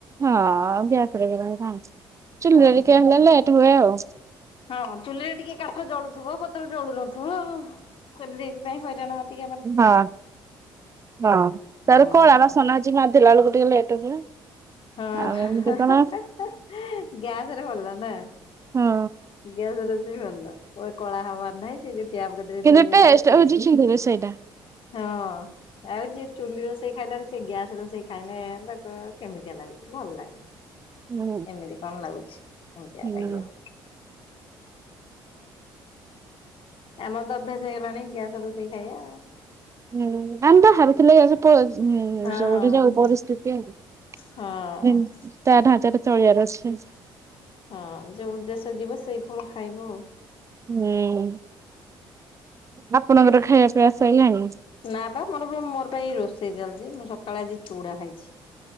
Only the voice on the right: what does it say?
ହଁ ଗ୍ୟାସରେ <unintelligible> ଚୁଲିରେ
ଟିକେ
ହେଲା ଲେଟ ହୁଏ ଆଉ।
ହଁ ହଁ ତାର
କଳା ବାସନ ଆଜି ମା ମାଜିଲା ବେଳକୁ ଟିକେ ଲେଟ ହୁଏ।
ଆଉ
ଏମିତି କଣ
ହଁ
କିନ୍ତୁ
ଟେଷ୍ଟ
ହଉଛି ଚୁଲି ରୋଷେଇଟା।
ହୁଁ
ହୁଁ।
ହୁଁ ଆମେତ ଭାବିଥିଲ ପ ହୁଁ
ଯଉଠି ଯାଉ ପରିସ୍ଥିତି ଆଉ
ତା ଢାଞ୍ଚାରେ ତଳିୟାର ଅଛି।
ହୁଁ। ଆପଣଙ୍କର ଖାଇବା ପିଇବା ଶଇଲାଣି?